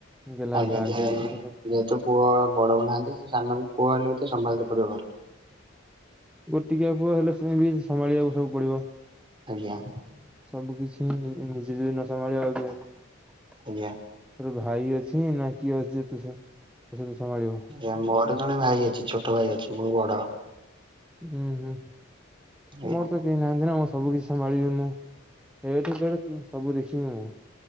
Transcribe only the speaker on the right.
ଆଜ୍ଞା
ଯେହେତୁ
ପୁଅ ବଡ ହଉ ନାହାନ୍ତି, ସେ ସାନ ବି ପୁଅ ହେଲେ ବି ତ ସମ୍ଭାଳ ତେ ପଡିବ ଘର
ଆଜ୍ଞା।
ଆଜ୍ଞା
ଆଜ୍ଞା ମୋର ଜଣେ ଭାଇ ଅଛି, ଛୋଟ ଭାଇ ଅଛି, ମୁଁ ବଡ।
ଆଜ୍ଞା